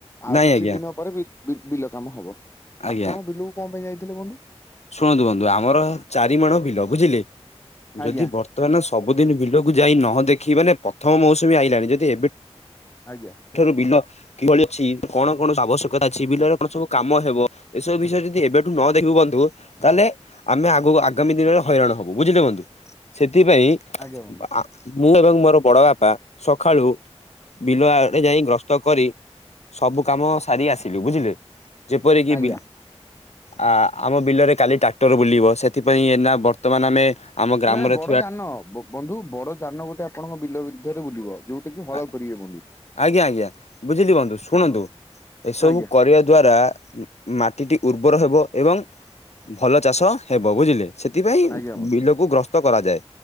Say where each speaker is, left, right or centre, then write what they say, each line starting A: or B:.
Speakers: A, on the left; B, on the left.
A: ଆଉ
B: ନାଇଁ
A: କିଛି
B: ଆଜ୍ଞା
A: ଦିନ ପରେ ବି ବିଲ କାମ ହବ।
B: ଆଜ୍ଞା
A: ଆପଣ ବିଲୁକୁ କଣ ପାଇଁ ଯାଇଥିଲେ ବନ୍ଧୁ?
B: ଶୁଣନ୍ତୁ ବନ୍ଧୁ ଆମର ଚାରି ମାଣ ବିଲ ବୁଝିଲେ।
A: ଆଜ୍ଞା
B: ଯଦି ବର୍ତ୍ତମାନ ସବୁଦିନ ବିଲକୁ ଯାଇ ନହ ଦେଖି ମାନେ ପ୍ରଥମ ମୌସୁମୀ ଆଇଲାଣି ଯଦି ଏବେ ସେଠାରୁ
A: ଆଜ୍ଞା
B: ବିଲ କିଭଳି ଅଛି କଣ କଣ ଆବଶ୍ୟକତା ଅଛି ବିଲରେ କଣ ସବୁ କାମ ହବ ଏ ସବୁ ବିଷୟରେ ଯଦି ଏବେଠୁ ନ ଦେଖିବୁ ବନ୍ଧୁ ତାହେଲେ ଆମେ ଆଗକୁ ଆଗାମୀ ଦିନରେ ହଇରାଣ ହବୁ ବୁଝିଲେ ବନ୍ଧୁ ସେ ସେଥିପାଇଁ
A: ଆଜ୍ଞା ବନ୍ଧୁ
B: ଆ ମୁଁ ଏବଂ ମୋର ବଡ ବାପା ସଖାଳୁ ବିଲ ଆଡେ ଯାଇ ଗ୍ରସ୍ତ କରି ସବୁ କାମ ସାରି ଆସିଲୁ ବୁଝିଲେ। ଯେପରିକି
A: ଆଜ୍ଞା।
B: ବି ଆ-ଆମ ବିଲରେ କାଲି ଟ୍ରାକ୍ଟର ବୁଲିବ ସେଥିପାଇଁ ଏନା ବର୍ତ୍ତମାନ ଆମେ ଆମ ଗ୍ରାମରେ
A: ନା ବଡ
B: ଥିବା
A: ଯାନ ବ-ବନ୍ଧୁ ବଡଯାନ ଗୋଟେ ଆପଣଙ୍କ ବିଲ ବିଦ୍ଧରେ ବୁଲିବ ଯୋଉ
B: ଆ
A: ହଳ କରିବେ ବନ୍ଧୁ।
B: ଆଜ୍ଞା ଆଜ୍ଞା ବୁଝିଲି ବନ୍ଧୁ ଶୁଣନ୍ତୁ
A: ହଁ। ବନ୍ଧୁ।
B: ଏସବୁ
A: ଆଜ୍ଞା
B: କରିବା ଦ୍ଵାରା ମାଟିଟି ଉର୍ବର ହେବ ଏବଂ ଭଲ ଚାଷ ହେବ ବୁଝିଲେ। ସେଥିପାଇଁ
A: ଆଜ୍ଞା ବନ୍ଧୁ
B: ବିଲକୁ ଗ୍ରସ୍ତ କରାଯାଏ